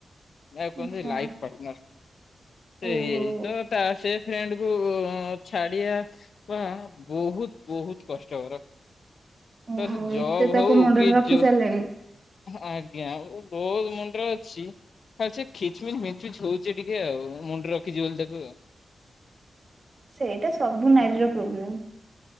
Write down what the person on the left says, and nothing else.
ଯାହାକୁ କୁହନ୍ତି
ଲାଇଫ ପାର୍ଟନର ସେଇତ
ତା ସେ ଫ୍ରେଣ୍ଡ କୁ ଛାଡିବା ପା ବହୁତ ବହୁତ କଷ୍ଟକର।
ତ ସେ ଜବ
ହଉ
କି
ଜୋ
ଆଜ୍ଞା ବହୁତ ମୁଣ୍ଡରେ ଅଛି ୟାସେ ଖିଚମିଚ ମିଚମିଚ ହଉଛି। ଟିକେ ଆଉ ମୁଣ୍ଡରେ ରଖିଛି ବୋଲି ତାକୁ ଆଉ।